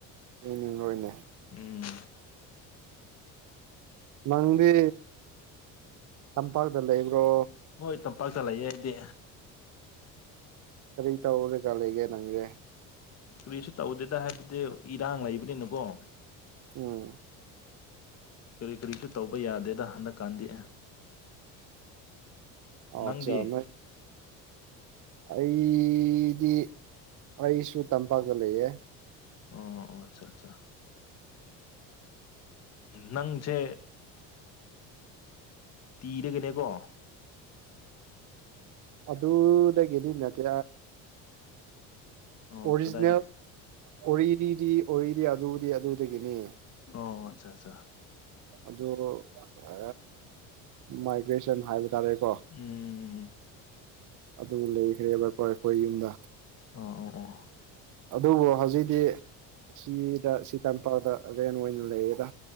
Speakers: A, on the right; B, on the left.
A: ꯎꯝ ꯎꯝ ꯍꯣꯏꯅꯦ
B: ꯎꯝ <inaudible>
A: ꯅꯪꯗꯤ ꯇꯝꯄꯥꯛꯇ ꯂꯩꯕ꯭ꯔꯣ
B: ꯍꯣꯏ ꯇꯝꯄꯥꯛꯇ ꯂꯩꯌꯦ ꯑꯩꯗꯤ
A: ꯀꯔꯤ ꯇꯧ ꯔꯥ ꯒꯥ ꯂꯩꯒꯦ ꯅꯪꯁꯦ
B: ꯀꯔꯤꯁꯨ ꯇꯧꯗꯦꯗ ꯍꯥꯏꯕꯗꯤ ꯏꯔꯥꯡ ꯂꯩꯕꯅꯤꯅꯥꯀꯣ
A: ꯎꯝ
B: ꯀꯔꯤ ꯀꯔꯤꯁꯨ ꯇꯧꯕ ꯌꯥꯗꯦꯗ ꯍꯟꯗꯛꯀꯥꯟꯗꯤ ꯑꯦ
A: ꯑꯆꯥ
B: ꯅꯪꯗꯤ
A: ꯅꯣꯏ <inaudible> ꯑꯩꯗꯤ ꯑꯩꯁꯨ ꯇꯝꯄꯥꯛꯇ ꯂꯩꯌꯦ
B: ꯑꯣꯝ ꯑꯆꯥ ꯑꯆꯥ <inaudible> ꯅꯪꯁꯦ ꯇꯤꯔꯒꯅꯦꯀꯣ
A: ꯑꯗꯨꯗꯗꯒꯤꯗꯤ ꯅꯠꯇꯦ
B: ꯑꯣ
A: ꯑꯣꯔꯤꯖꯤꯅꯦꯜ
B: ꯀꯗꯥꯏꯗꯤ
A: ꯑꯣꯔꯤꯅꯤꯗꯤ ꯑꯣꯏꯔꯤꯗꯤ ꯑꯗꯨꯗꯤ ꯑꯗꯨꯗꯒꯤꯅꯤ
B: ꯑꯣ ꯑꯠꯆꯥ ꯑꯆꯥ
A: ꯑꯗꯨ ꯑ ꯃꯥꯏꯒ꯭ꯔꯦꯁꯟ ꯍꯥꯏꯕ ꯇꯥꯔꯦꯀꯣ
B: ꯎꯝ
A: ꯑꯗꯨ ꯂꯩꯈ꯭ꯔꯦꯕꯣꯏ ꯑꯩꯈꯣꯏ ꯌꯨꯝꯗ
B: ꯑꯣ ꯑꯣ ꯑꯣ
A: ꯑꯗꯨꯕꯨ ꯍꯧꯖꯤꯛꯇꯤ ꯁꯤꯗ ꯁꯤ ꯇꯝꯄꯥꯛꯗ ꯔꯦꯟ ꯑꯣꯏꯅ ꯂꯩꯌꯦꯗ